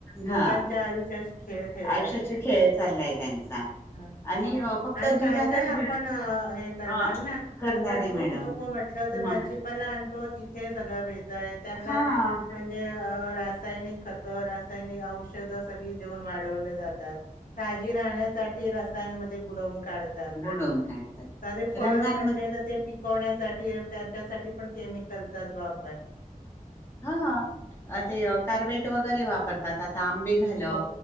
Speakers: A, on the left; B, on the left.
A: लोकांच्या
B: हा
A: आयुष्याचे खेळ खेळतात
B: आयुष्याचे
A: येते.
B: खेळ चाललाय त्यांचा
A: ह
B: आणि
A: मग
B: फक्त
A: आणि
B: दुधातच
A: काय काय आपण
B: भे
A: हे करणार
B: अ
A: ना
B: करणारे
A: आता दूध
B: मॅडम
A: नको म्हट तर भाजीपाला
B: मग
A: आणतो तिथे सगळं भेसळ आहे त्यांना
B: हा
A: म्ह म्हजे रासायनिक खत रासायनिक औषधं सगळी देऊन वाढवले जातात. ताजी राहण्यासाठी रसायनमध्ये बुडवून काढते. त्यात साधे
B: बुडवून काढतात
A: फळं
B: रंगांमध्ये
A: म्हटले तर ते पिकवण्यासाठी त्याच्यासाठी पण केमिकलचाच वापर
B: हा, ते कार्पेट वगैरे वापरतात आता आंबे झाल.
A: हो